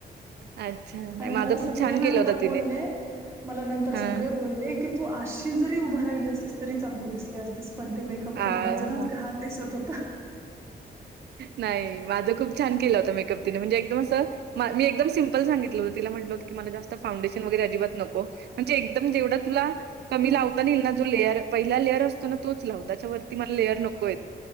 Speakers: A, on the right; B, on the right.
A: अच्छा. नाही
B: आणि
A: माझं
B: मला
A: खूप
B: सगळे
A: छान
B: नंतर
A: केलं होतं तिने.
B: बोलले मला नंतर
A: हां.
B: सगळे बोलले कि तू आशी जरी उभं राहिली असस तरी चांगली दिसली असतीस पण ते अप
A: आ
B: करून अजूनच घहण दिसत होता
A: नाही माझं खूप छान केलं होत मेकअप तिने म्हणजे एकदम असं मी एकदम सिंपल सांगितलं होत तिला म्हटलंतं क मला जास्त फाउंडेशन वगैर अजिबात नो म्हणजे एकदम जेवढा तुला कमी लावता येईल ना जो लेअर पहिला लेअर असतो ना तोच लावत लालेको